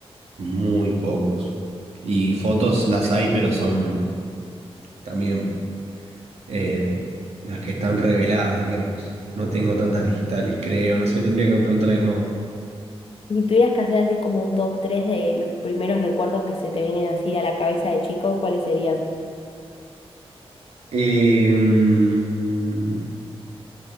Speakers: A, on the right; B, on the left.
A: Muy pocos. Y fotos las hay, pero son también eh, las que están reveladas, digamos. No tengo tantas digitales, creo. No sé, tendría que preguntar a mi mamá.
B: Y tuvieras que hacer así como un top 3 de los primeros recuerdos que se te vienen así a la cabeza de chico, ¿cuáles serían?
A: Em,